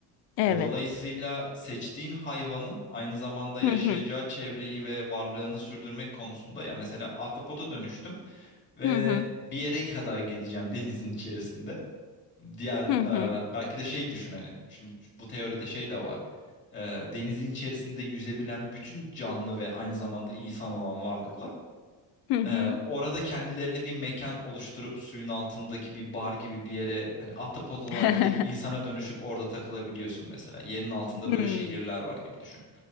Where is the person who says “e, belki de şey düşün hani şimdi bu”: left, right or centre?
Left